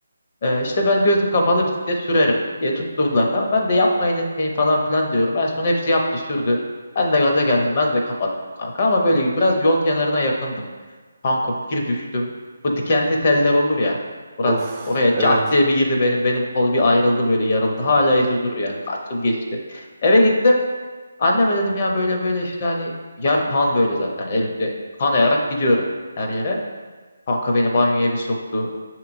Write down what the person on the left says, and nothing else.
Ee, işte ben gözüm kapalı bisiklet sürerim diye tutturdular. Tamam. Ben de yapmayın etmeyin falan filan diyorum. En son hepsi yaptı sürdü. Ben de gaza geldim. Ben de kapattım kanka ama böyle biraz yol kenarına yakındım. Kanka bir düştüm. Bu dikenli teller olur ya. Murat
oraya
cart diye bir girdi benim. Benim kol bir ayrıldı böyle yarıldı.
Hala izi duruyor yani. Kaç yıl geçti. Eve gittim. Anneme dedim ya böyle böyle işte hani yer kan böyle zaten elimde. Kanayarak gidiyorum her yere. Kanka beni banyoya bir soktu.